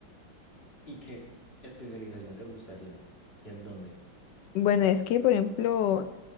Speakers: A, on the left (about 30°); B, on the left (about 70°).
A: ¿Y qué especialización te gustaría? ¿Y en dónde?
B: Bueno, es que, por ejemplo,